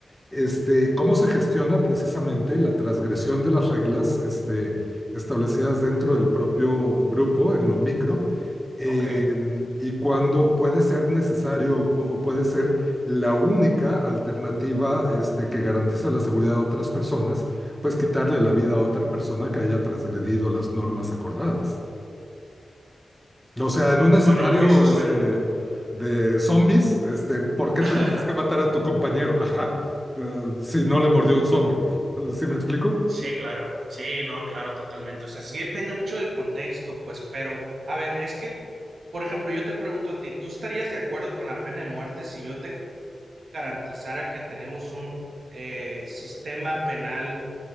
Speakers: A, in the centre; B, on the right (about 75°).
A: este, cómo se gestiona precisamente la transgresión de las reglas este, establecidas dentro del propio grupo, en lo micro, eh,
B: ok.
A: y cuándo puede ser necesario o pu- o puede ser la única alternativa este, que garantiza la seguridad de otras personas, pues quitarle la vida a otra persona que haya transgredido las normas acordadas. O sea, en un escenario
B: Bueno, eso suena,
A: este, de zombies, este, ¿por qué
B: <laughs>
A: tendrías que matar a tu compañero? Ajá, eh, si no le mordió un zombie. <laughs> ¿Sí me explico?
B: Sí, claro. Sí, no, claro, totalmente. O sea, sí depende mucho del contexto, pues, pero, a ver, es que, por ejemplo, yo te pregunto a ti, ¿tú estarías de acuerdo con la pena de muerte si yo te garantizara que tenemos un eh, sistema penal